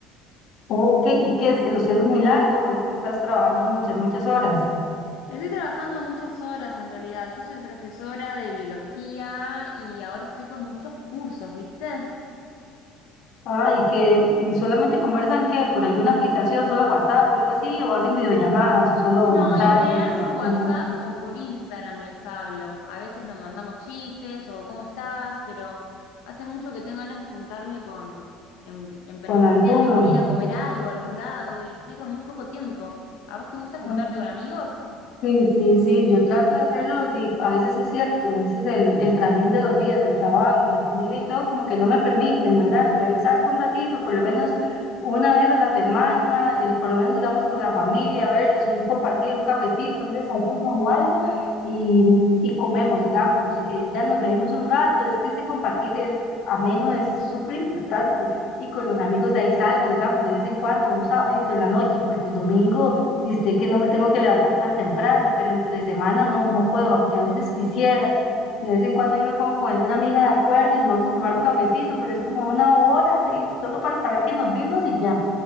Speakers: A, on the left; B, on the left.
A: Ok, ¿y qué es que lo siento muy largo o es que estás trabajando muchas, muchas horas?
B: Estoy trabajando muchas horas en realidad. Yo soy profesora de biología y ahora estoy con muchos cursos, ¿viste?
A: Ah, y que y solamente conversan que por alguna aplicación, solo WhatsApp o algo así, o hacen videollamadas o solo
B: No,
A: mensajes,
B: y en general por WhatsApp
A: llama
B: o por Instagram les hablo. A veces nos mandamos chistes o ¿cómo estás? Pero hace mucho que tengo ganas de juntarme con en, en presencial,
A: con alguno.
B: ¿viste? Ir a comer algo a algún lado y estoy con muy poco tiempo. ¿A vos te gusta juntarte
A: Ah.
B: con amigos?
A: Sí, sí, sí, yo trato de hacerlo y a veces es cierto, a veces el, el trajín de los días, del trabajo y la familia y todo como que no me permiten, ¿verdad? Pero ahí saco un ratito, por lo menos una vez a la semana, eh, por lo menos digamos con la familia, verlos, un compartir, un cafecito, un desayuno o algo y, y comemos, digamos, eh, ya nos reímos un rato, es que ese compartir es ameno, es súper importante y con los amigos de ahí salgo, digamos, de vez en cuando, un sabadito en la noche, porque el domingo y sé que no me tengo que levantar tan temprano, pero entre semana no, no puedo, aunque a veces quisiera. De vez en cuando ahí me pongo con alguna amiga de acuerdo y nos vamos a tomar un cafecito, pero es como una hora, sí, solo para saber que nos vimos y ya.